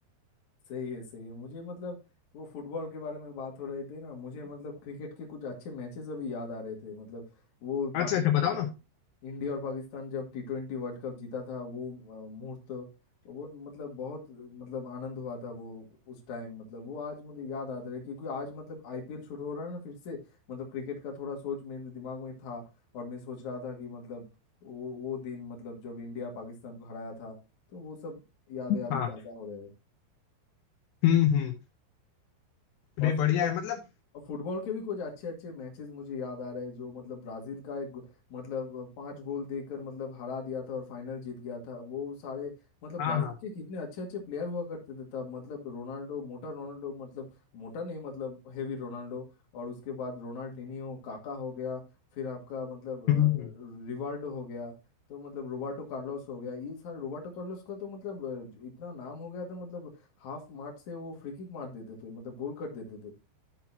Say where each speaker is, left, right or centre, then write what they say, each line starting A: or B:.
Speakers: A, on the left; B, on the left.
A: सही है सही है मुझे मतलब वो फुटबॉल के बारे में बात हो रही थी ना मुझे मतलब क्रिकेट के कुछ अच्छे मैचेस अभी याद आ रहे थे मतलब वो पाकिस्तान
B: अच्छा अच्छा बताओ
A: और-
B: ना
A: इंडिया और पाकिस्तान जब टी ट्वेंटी वर्ल्ड कप जीता था वो अ, मुहूर्त वो मतलब बहुत अ, मतलब आनंद हुआ था वो उस टाइम मतलब वो आज मुझे याद आता है क्योंकि आज मतलब आईपीएल शुरू हो रहा है ना फिर से मतलब क्रिकेट का थोड़ा सोच मेरे दिमाग में था और मैं सोच रहा था कि मतलब वो वो दिन मतलब जब इंडिया पाकिस्तान को हराया था तो वो सब यादें अभी
B: हाँ
A: ताज़ा हो रहे हैं
B: हम्म हम्म
A: और
B: नहीं
A: फुटबॉल
B: बढ़िया है मतलब
A: और फुटबॉल के भी कुछ अच्छे अच्छे मैचेस मुझे याद आ रहे हैं जो मतलब ब्राजील का एक गो- मतलब अ, पांच गोल देकर मतलब हरा दिया था और फाइनल जीत गया था वो सारे मतलब
B: हाँ
A: ब्राजील
B: हाँ
A: के कितने अच्छे अच्छे प्लेयर हुआ करते थे तब मतलब रोनाल्डो मोटा रोनाल्डो मतलब मोटा नहीं मतलब हेवी रोनाल्डो और उसके बाद रोनाल्डिनियो काका हो गया फिर आपका मतलब
B: हम्म हम्म।
A: अ, रिवाल्डो हो गया तो मतलब रोबर्टो कार्लोस हो गया ये सारे रोबर्टो कार्लोस का तो मतलब अ, इतना नाम हो गया था मतलब हाफ मार्ट से वो फ्री किक मार देते थे मतलब गोल कर देते थे